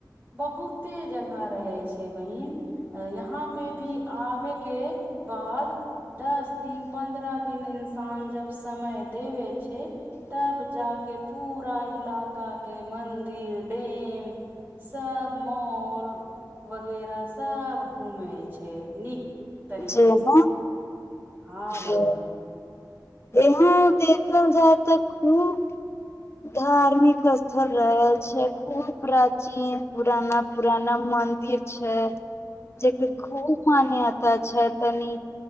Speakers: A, on the right; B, on the left.
A: बहुते जगह रहै छै बहिन यहाँ पे भी आबे के बाद दस दिन पन्द्रह दिन इन्सान जब समय देबे छै तब जाके पूरा इलाका के मंदिर डेम सब मॉल वगैरह सब घूमे छै ह नीक तरीके
B: जेना
A: से हँ बहिन
B: के यहाँ देखल जाय तऽ खूब धार्मिक स्थल रह छै खूब प्राचीन पुराना पुराना मन्दिर छै जकर
A: हूँ
B: खूब मानए छै तनी